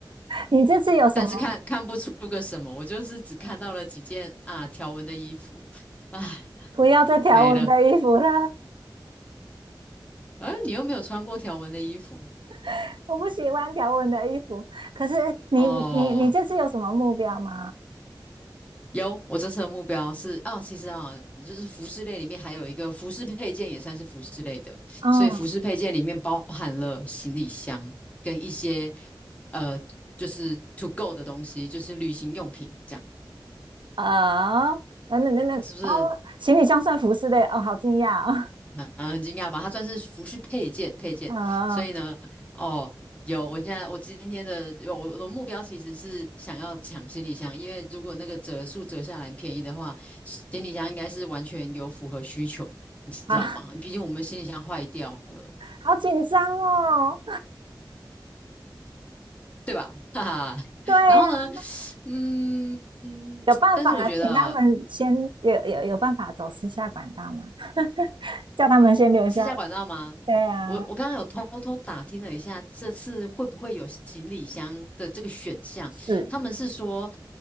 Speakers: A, on the right; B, on the left.
A: 你这次有什么？
B: 但是看看不出个什么，我就是只看到了几件啊条纹的衣服，唉，
A: 不要再条纹的衣服了，
B: 没了，哎，你又没有穿过条纹的衣服。
A: <laughs> 我不喜欢条纹的衣服。可是你你你这次有什么目标吗？
B: 哦，有，我这次的目标是啊，其实啊，就是服饰类里面还有一个服饰配件也算是服饰类的，
A: 嗯
B: 所以服饰配件里面包含了行李箱跟一些呃，就是 to go 的东西，就是旅行用品，这样
A: 啊，等等等等，
B: 是不是
A: 哦，行李箱算服饰类，哦，好惊讶哦，
B: 很很惊讶吧？它算是服饰配件配件，
A: <laughs> 啊，
B: 所以呢，哦，有，我现在我今天的有我我的目标其实是想要抢行李箱，因为如果那个折数折下来很便宜的话，行李箱应该是完全有符合需求，你知道吗？
A: 啊，
B: 毕竟我们行李箱坏掉了，
A: 好紧张哦，
B: 对吧？哈哈。
A: <laughs>
B: <laughs>
A: 对呀、
B: 然后呢，
A: 啊
B: 嗯，
A: 有办法请他们先有有有办法走私下管道吗？
B: 但是我觉得
A: 叫他们先留下来
B: 你私家管道吗？
A: 对呀、
B: 我我刚刚有偷偷打听了一下，这次会不会有行李箱的这个选项？
A: 是，
B: 他们是说，